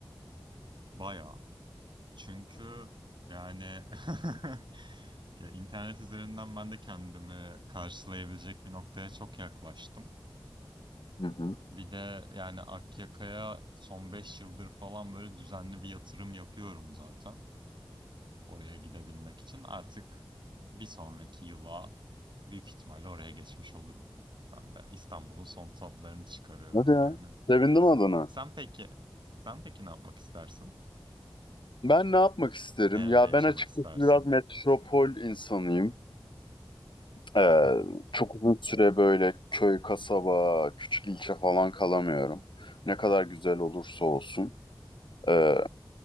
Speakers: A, on the right; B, on the left.
A: Bayağı Çünkü yani <laughs> ya internet üzerinden ben de kendimi karşılayabilecek bir noktaya çok yaklaştım.
B: Hı hı.
A: Bir de yani Akyaka'ya son 5 yıldır falan böyle düzenli bir yatırım yapıyorum zaten. Oraya gidebilmek için. Artık bir sonraki yıla büyük ihtimalle oraya geçmiş olurum. Ben de İstanbul'un son tadlarını çıkarıyorum
B: Hadi ya.
A: yani.
B: Sevindim adına.
A: Sen peki, sen peki ne yapmak istersin?
B: Ben ne yapmak isterim?
A: Nerede
B: Ya
A: yaşamak
B: ben açıkçası
A: istersin?
B: biraz metropol insanıyım. Ee,
A: <laughs> Hı
B: çok uzun süre böyle köy, kasaba, küçük ilçe falan kalamıyorum. Ne kadar güzel olursa olsun. Ee,